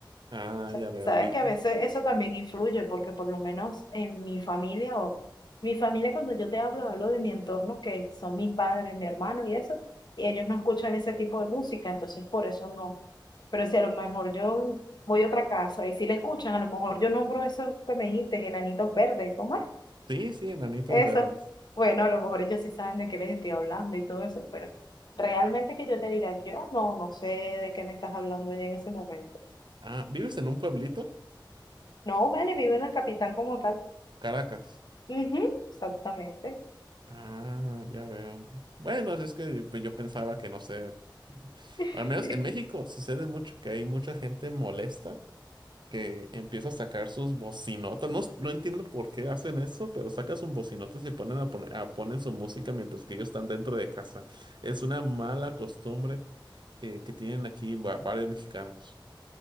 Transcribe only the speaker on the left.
O sea,
sabes
que a
veces eso también influye, porque por lo menos en mi familia o mi familia, cuando yo te hablo, hablo de mi entorno, que son mis padres, mi hermano y eso, y ellos no escuchan ese tipo de música, entonces por eso no. Pero si a lo mejor yo voy a otra casa y si le escuchan, a lo mejor yo nombro eso que me dijiste, enanitos verdes, ¿cómo es?
Eso.
Bueno, a lo mejor ellos sí saben de qué les estoy hablando y todo eso, pero realmente que yo te diga, yo no, no sé de qué me estás hablando ya en ese momento.
No, vale, vive en la capital como tal.
Ujú, exactamente.
<laughs>